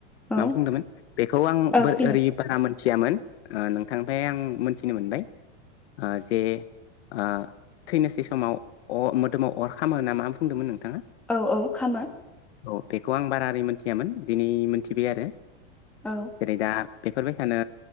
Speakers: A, in the centre; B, on the left.
A: औ
B: मा बुंदोंमोन बेखौ आं
A: औ
B: ओरै
A: फिनिक्स
B: बारा मोनथियामोन ओ नों थांनिफ्राय आं मोनथिनो मोनबाय ओ जे ओ थैनोसै समाव अ मोदोमाव अर खामो ना मा बुंदोंमोन नोंथाङा?
A: औ औ खामो।
B: औ बेखौ आं बारा ओरै मोनथियामोन दिनै मोनथिबाय आरो।
A: औ
B: जेरै दा बेफोरबायसानो